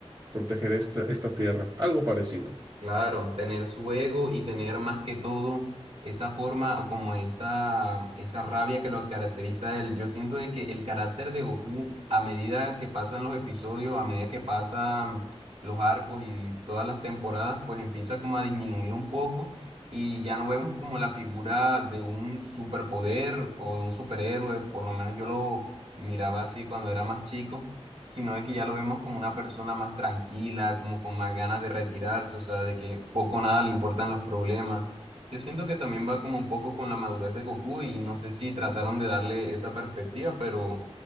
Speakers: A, on the right; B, on the right.
A: proteger esta, esta tierra. Algo parecido.
B: Claro, tener su ego y tener más que todo esa forma o como esa, esa rabia que lo caracteriza a él. Yo siento de que el carácter de Goku, a medida que pasan los episodios, a medida que pasan los arcos y todas las temporadas, pues empieza como a disminuir un poco y ya no vemos como la figura de un superpoder o de un superhéroe, por lo menos yo lo miraba así cuando era más chico sino de que ya lo vemos como una persona más tranquila, como con más ganas de retirarse, o sea, de que poco o nada le importan los problemas. Yo siento que también va como un poco con la madurez de Goku y no sé si trataron de darle esa perspectiva, pero